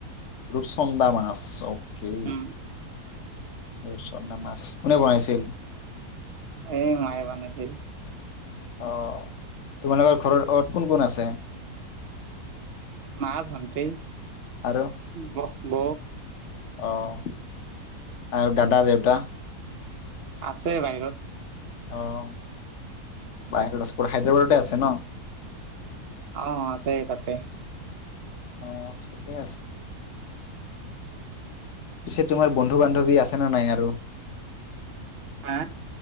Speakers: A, on the left (about 55°); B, on the right (about 55°).
A: ৰূপচন্দা মাছ ওকে,
B: উম
A: ৰূপচন্দা মাছ কোনে বনাইছিল?
B: এই মায়ে বানাইছিল।
A: অ অ, তোমালোকৰ ঘৰত অত কোন কোন আছে?
B: মা, ভণ্টি।
A: আৰু
B: বহ ব
A: অ অ অ আৰু দাদা, দেউতা।
B: আছে বাহিৰত।
A: অ অ অ বাহিৰত আছে, পুৰা হায়দৰাবাদতে আছে ন।
B: অ' আছেই তাতে।
A: অ অ অ' ঠিকেই আছে, পিছে তোমাৰ বন্ধু-বান্ধৱী আছেনে নাই আৰু?
B: আ